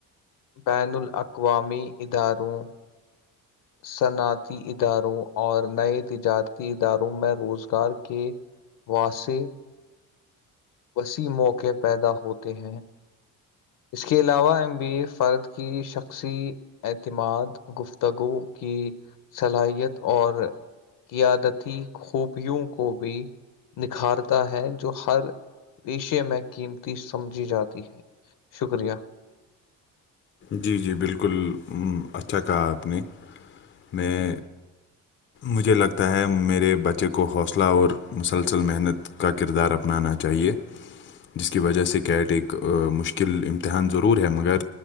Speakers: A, on the left (about 65°); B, on the left (about 35°).
A: بین الاقوامی اداروں صنعتی اداروں اور نئے تجارتی اداروں میں روزگار کے واسی وسیع موقعے پیدا ہوتے ہیں اس کے علاوہ ایم بی فرد کی شخصی اعتماد گفتگو کی صلاحیت اور قیادتی خوبیوں کو بھی نکھارتا ہے جو ہر پیشے میں قیمتی سمجھی جاتی ہے شکریہ
B: جی جی بالکل اچھا کہا آپ نے میں مجھے لگتا ہے میرے بچے کو حوصلہ اور مسلسل محنت کا کردار اپنانا چاہیے جس کی وجہ سے کیٹ ایک مشکل امتحان ضرور ہے مگر